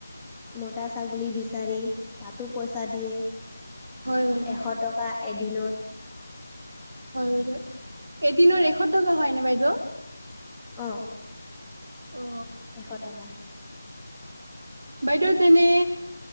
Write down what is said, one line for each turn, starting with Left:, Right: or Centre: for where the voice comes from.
Centre: মতা ছাগলী বিচাৰি তাতো পইচা দিয়ে
Right: হয় বাইদেউ
Centre: এশ টকা এদিনত
Right: হয় বাইদেউ। এদিনৰ এশটকা হয়নে বাইদেউ?
Centre: অ
Right: অ
Centre: এশ টকা।
Right: বাইদেউ তেনে